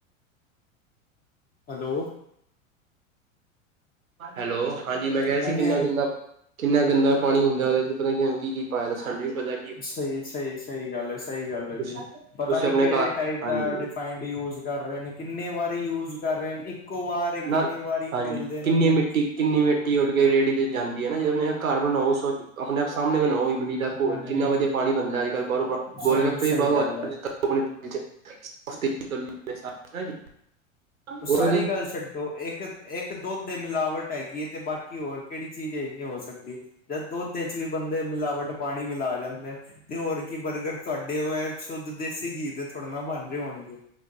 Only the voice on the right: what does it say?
ਹੈਲੋ। ਹਾਂਜੀ ਮੈਂ ਕੇਹਾ
ਸੀ। ਕਿੰਨਾ
ਲੰਮ ਕਿੰਨਾ ਗੰਦਾ ਪਾਣੀ ਹੁੰਦਾ। ਉਹਦੇ ਚ ਪਤਾ ਕੀ ਕੀ ਕੀ ਪਾਇਆ ਦ ਸਾਡੇ ਪਤਾ
ਤੁਸੀਂ
ਤੁਸੀਂ
ਆਪਣੇ
ਘਰ
ਹਾਂਜੀ
ਨਾ
ਹਾਂਜੀ
ਕਿੰਨੀ
ਮਿੱਟੀ ਕਿੰਨੀ ਮਿੱਟੀ ਉੱਡ ਕੇ ਰੇਹੜੀ ਤੇ ਜਾਂਦੀ ਨਾ ਜੇ ਆਪਣੇ ਘਰ ਬਣਾਓ ਸ-ਆਪਣੇ ਆਪ ਸਾਹਮਣੇ ਬਣਾਓ। ਇਮਲੀ ਦਾ ਘੋਲ
ਕਿੰਨਾ
ਵਧੀਆ ਪਾਣੀ ਬਣਦਾ, ਅੱਜ ਕੱਲ ਬਾਹਰੋਂ ਗੋਲਗੱਪੇ
ਵੀ ਬਾਰੋ
ਅੱਜ
-ਕੱਲ <unintelligible>